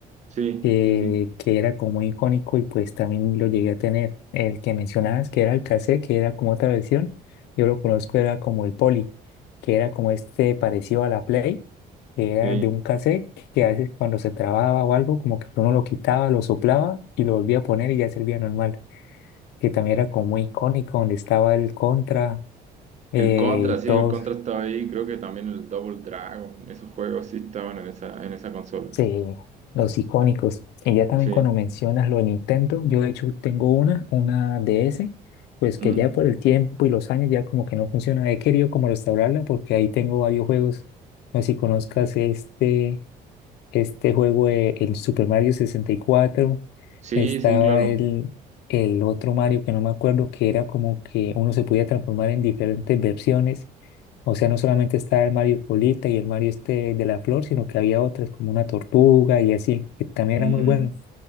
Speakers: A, on the right (about 45°); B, on the left (about 85°).
A: Sí,
B: que,
A: sí, sí,
B: que era como muy icónico y pues también lo llegué a tener. El que mencionabas, que era el cassette, que era como otra versión, yo lo conozco, era como el Poly, que era como este parecido a la Play, que era
A: sí.
B: de un cassette que a veces cuando se trababa o algo, como que uno lo quitaba, lo soplaba y lo volvía a poner y ya servía normal, que también era como muy icónico, donde estaba el Contra eh,
A: El Contra,
B: y todos.
A: sí, el Contra estaba ahí, creo que también el Double Dragon, esos juegos sí estaban en esa, en esa consola.
B: Sí, los icónicos. Y ya también
A: Sí,
B: cuando mencionas lo de Nintendo, yo de hecho tengo una, una DS, pues
A: mm.
B: que ya por el tiempo y los años ya como que no funciona. He querido como restaurarla porque ahí tengo varios juegos. No sé si conozcas este, este juego, de- el Super Mario sesenta y cuatro,
A: Sí,
B: Estaba
A: sí, claro.
B: el, el otro Mario que no me acuerdo, que era como que uno se podía transformar en diferentes versiones o sea, no solamente estaba el Mario Polita y el Mario este de la flor, sino que había otras como una tortuga y así, que también
A: Mm.
B: era muy bueno.